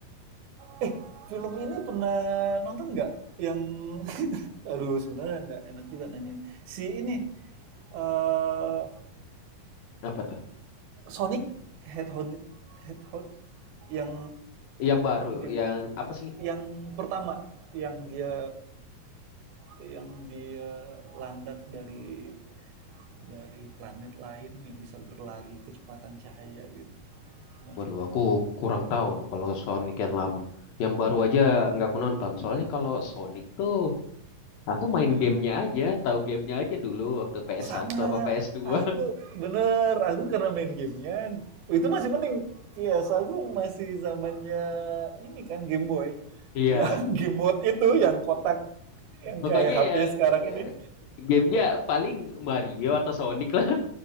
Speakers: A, on the right; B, on the left.
A: Eh, film ini pernah nonton nggak? Yang, <laughs> aduh, sebenarnya nggak enak juga nanya. Si ini, eh
B: apa tuh
A: Sonic Hedgehog, Hedgehog, yang
B: yang baru
A: di-
B: yang apa sih
A: yang pertama, yang dia yang dia landak dari dari planet lain yang bisa berlari kecepatan cahaya gitu. Pernah
B: waduh
A: nonton
B: aku
A: nggak?
B: kurang tahu tuh kalau Sonic yang lama yang baru aja nggak aku nonton soalnya kalau Sonic tuh aku main
A: Iya.
B: gamenya aja tahu gamenya aja dulu waktu ps
A: Sama.
B: satu apa ps dua
A: Aku bener. Aku karena main gamenya itu masih mending. PS aku masih zamannya ini kan Game Boy. <laughs>
B: <laughs> iya
A: Yang game mode itu yang kotak yang
B: pokoknya
A: kayak HP
B: yang
A: sekarang
B: eh,
A: ini.
B: gamenya paling Mario atau Sonic lah